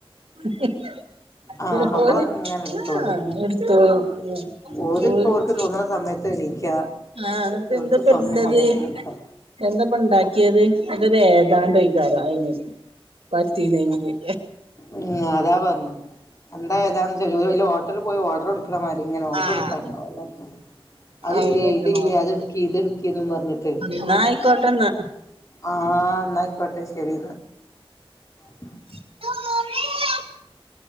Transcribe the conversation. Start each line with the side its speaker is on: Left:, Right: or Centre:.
Right: <unintelligible>
Left: ആ നമ്മളങ്ങനെ എടുത്തോണ്ട്ക്കണം ഓരിപ്പോ ഓർക്ക്
Right: <unintelligible>
Left: തോന്നുന്ന സമയത്ത് എണീക്ക
Right: ആപ്പന്താപ്പ
Left: ഓർക്ക് സ്വന്തം
Right: ഇള്ളത്
Left: സമയത്ത് കിടക്കാം
Right: എന്താപ്പ ഉണ്ടാക്കിയത് അത് <unintelligible> അയിന് പറ്റില്ലെങ്കില്
Left: ഉം അതാ പറഞ്ഞു എന്താ ഏതാ വലിയഓട്ട ഏടെലും പോയി ഓഡർ എടുക്കും മക്കൾമാര് ഇങ്ങനെ ഓർഡർ
Right: ആഹ്
Left: എടുക്കാണ്ടാവല്ലാക്കും അതില്ലേ
Right: അങ്ങനെയൊക്കെയാണ്
Left: ഇതില്ലേ
Right: പറഞ്ഞത്
Left: അതെടുക്കി ഇതെടുക്കി എന്നും പറഞ്ഞിട്ട്
Right: എന്നാ ആയിക്കോട്ടെന്നാ
Left: ആ എന്നാ ആയിക്കോട്ടെ ശെ പി
Right: <unintelligible>
Left: <inaudible>